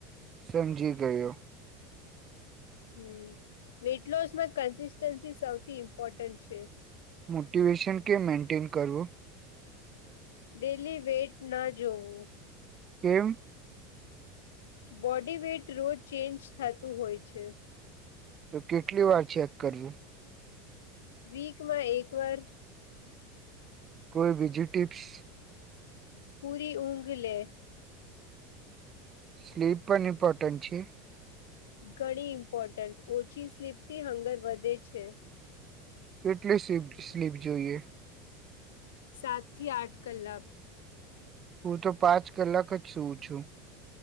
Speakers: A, on the right; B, on the left.
A: સમજી ગયો.
B: હમ વેઇટ લોસમાં કન્સિસ્ટન્સી સૌથી ઇમ્પોર્ટન્ટ છે.
A: મોટિવેશન કે મેન્ટેન કરવું.
B: ડેલી વેટ ના જોવું.
A: કેમ?
B: બોડી વેઇટ રોજ ચેન્જ થતું હોય છે.
A: તો કેટલી વાર ચેક કરવું?
B: વીકમાં એક વાર.
A: કોઈ બીજી ટીપ્સ?
B: પૂરી ઊંઘ લેવી.
A: સ્લીપ પણ એમ્પોર્ટન્ટ છે?
B: ઘણી ઇમ્પોર્ટન્ટ ઓછી સ્લીપ થી હંગર વધે છે.
A: કેટલી સ્ સ્લીપ જોઈએ?
B: સાત થી આઠ કલાક.
A: હું તો પાંચ કલાક જ સૂવું છું.